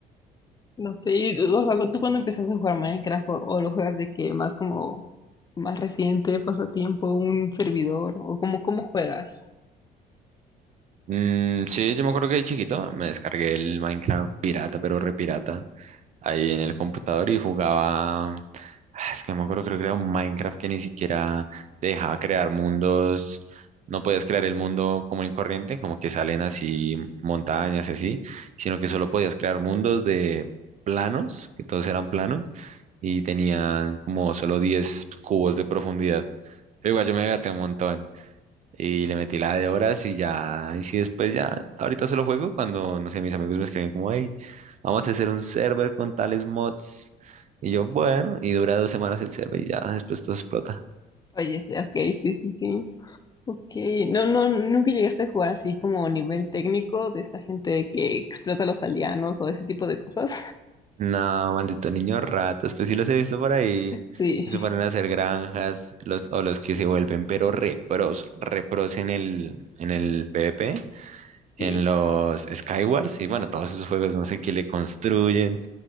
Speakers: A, on the left; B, on the right.
A: No sé, y, o sea, tú cuando empezaste a jugar Minecraft o, o lo juegas de que más como más reciente, pasatiempo, un servidor o como cómo juegas.
B: Mm, sí, yo me acuerdo que de chiquito me descargué el Minecraft pirata, pero re pirata, ahí en el computador y jugaba. Ah, Es que no me acuerdo, creo que era un Minecraft que ni siquiera te dejaba crear mundos. No podías crear el mundo común y corriente, como que salen así montañas y así, sino que solo podías crear mundos de planos, que todos eran planos y tenían como solo 10 cubos de profundidad. Pero igual yo me divertí un montón y le metí la de horas y ya, y si después ya, ahorita solo juego cuando, no sé, mis amigos me escriben como, hey, vamos a hacer un server con tales mods. Y yo, bueno, y dura dos semanas el server y ya, después todo explota.
A: Oye, sí, ok, sí, sí, sí. Ok, no, no, nunca llegaste a jugar así como nivel técnico de esta gente que explota a los aldeanos o ese tipo de cosas.
B: No, maldito niño ratas, pues sí los he visto por ahí.
A: <laughs> Sí,
B: Y se ponen a hacer granjas, los, o los que se vuelven, pero repros, repros en el, en el PvP,
A: sí,
B: en los Skywars, y bueno, todos esos juegos, no sé qué le construyen.